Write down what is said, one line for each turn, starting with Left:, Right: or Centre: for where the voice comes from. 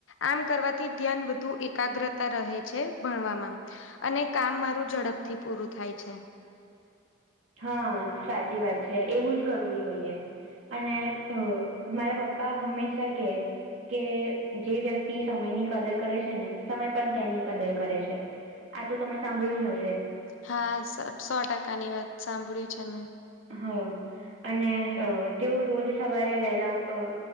Left: આમ કરવાથી ધ્યાન વધુ એકાગ્રતા રહે છે ભણવામાં. અને કામ મારું ઝડપથી પૂરું થાય છે.
Right: હા સાચી વાત છે એવું જ કરવું જોઈએ અને અ મારા પપ્પા હમેશા કે કે જે વ્યક્તિ સમયની કદર કરે છે ને સમય પણ તેની કદર કરે છે. આ તો તમે સાંભળ્યું જ હશે.
Left: હા સ સો ટકાની વાત સાંભળ્યું છે મેં.
Right: હ અને અ તેવું રોજ સવારે વહેલા ઉ અ